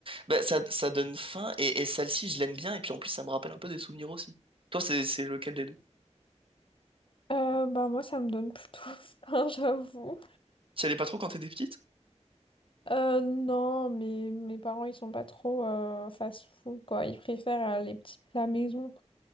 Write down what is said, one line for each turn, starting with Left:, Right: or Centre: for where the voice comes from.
Right: Bah, ça, ça donne faim, et, et celle-ci, je l'aime bien, et puis en plus, ça me rappelle un peu des souvenirs aussi. Toi, c'est c'est lequel des deux?
Left: hein. Euh, bah, moi, ça me donne plutôt <laughs> faim, j'avoue.
Right: Tu y allais pas trop quand t'étais petite?
Left: Euh, non, mais mes parents, ils sont pas trop euh, fast-food, quoi. Ils préfèrent euh, les petits plats maison.